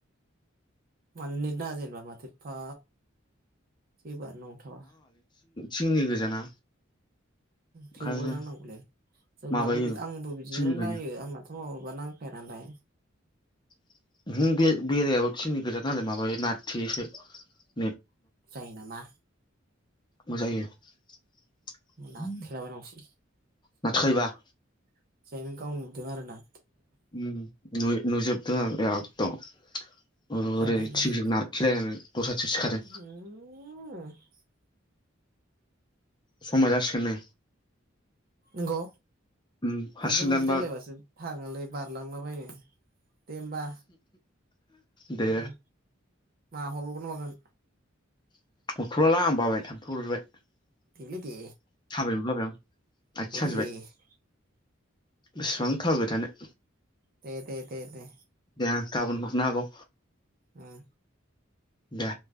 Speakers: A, on the right; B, on the left.
A: मानो नेट नाङा जेनबा माथो एफा एबार नंथावा
B: सिंनि गोजाना ओंखायनो
A: थेवबो नांनांगौलै जोंनाबो
B: माबायो
A: आंबो बिदिनो
B: थिंनिखायनो
A: नायो आंना फुं आवबा नांखाया नालाय
B: <inaudible> सिनि गोजान <unintelligible>
A: जायो नामा
B: मोजाङै हो
A: नारथेलाबायनांगौसै
B: <inaudible>
A: <unintelligible> गावनो नुदों आरो ना
B: नु नुजोब <inaudible> गुरैरै
A: जायालै
B: थिंजोंं
A: बे
B: नारखिलायनानै
A: <inaudible>
B: दस्राथिं सिखारो समा जासिगोन नै
A: नोंगौ
B: उम
A: बेफोर
B: हारसिं
A: बादि
B: दानबा
A: रायज्लायबासो थाङालाय बारलांलाबायो दे होमबा
B: दे
A: उम मा हरावगोना मागोन
B: <inaudible>
A: देलै दे
B: <inaudible>
A: <inaudible>
B: आथिं साजोबबाय बेसेबां थाबायथानो
A: दे दे दे दे
B: दे गाबोन हरनो हागौ
A: उम
B: दे